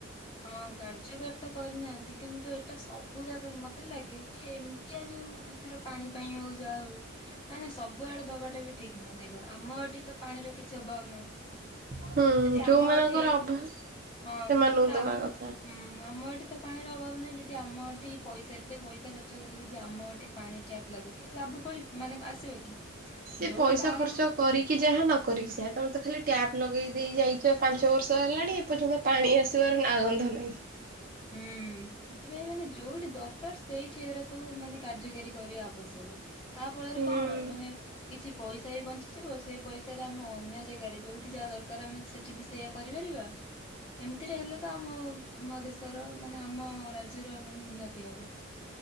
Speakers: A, on the left (about 25°); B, on the right (about 45°).
A: ହଁ କାର୍ଯ୍ୟକାରୀ ତ କରିନାହାନ୍ତି, କିନ୍ତୁ ଏଇଟା ସବୁ ଜାଗା ମତେ ଲାଗେ କି ଏମିତିଆ ଯୋଉ ଏଥର ପାଣି ପାଇଁ ହଉ ଯା ହଉ ନାଇଁ ନାଇଁ ସବୁଆଡେ ଦବାଟା ବି ଠିକ୍ ନୁହେଁ, ଦେଖ ଆମ ଏଠି ତ ପାଣିର କିଛି ଅଭାବ ନାହିଁ।
B: ହୁଁ
A: ଯଦି
B: ଯୋଉମାନଙ୍କର
A: ଆମ ଏଠି
B: ଅଭାବ୍ ସେମାନଙ୍କୁ
A: ହଁ ଧର
B: ଦେବା
A: ଆମ
B: କଥା।
A: ହୁଁ ଆମ ଏଠି ତ ପାଣିର ଅଭାବ ନାହିଁ, ଯଦି ଆମ ଏଠି ପଇସା ଏତେ ପଇସା ଖର୍ଚ୍ଚ କରି ଯଦି ଆମ ଏଠି ପାଣି ଟ୍ୟାପ ଲାଗେ, କି ଲାଭ କଳି ମାନେ ଆସିବ କି?
B: ସେ
A: ଯୋଉଠି
B: ପଇସା
A: ପାଣି
B: ଖର୍ଚ୍ଚ କରିକି ଯାହା ନ କରିକି ସେୟା, ତମେ ତ ଖାଲି ଟ୍ୟାପ୍ ଲଗେଇ ଦେଇ ଯାଇଚ ପାଞ୍ଚ ବର୍ଷ ହେଲାଣି। ଏ ପର୍ଯ୍ୟନ୍ତ ପାଣି ଆସିବାର ନା ଗନ୍ଧ ନାହିଁ।
A: ହୁଁ ସେଥିପାଇଁ ମାନେ ଯୋଉଠି ଦରକାର୍ ସେଇଠି ଏଗୁଡା ସବୁ ମାନେ କାର୍ଯ୍ୟକାରୀ କରିବା ଆବଶ୍ୟକ। ତା ଫଳରେ
B: ହୁଁ।
A: କଣ ହବ, ମାନେ କିଛି ପଇସା ବି ବଞ୍ଚିଯିବ ସେ ପଇସାରେ ଆମେ ଅନ୍ୟ ଜାଗାରେ ଯେଉଁଠି ଯାହା ଦରକାର୍ ଆମେ ସେଇଠି ବି ସେଇଆ କରିପାରିବା। ଏମିତିରେ ହେଲେ ତ ଆମ ଆମ ଦେଶର ମାନେ ଆମ ରାଜ୍ୟର ମାନେ ଉନ୍ନତି ହବ।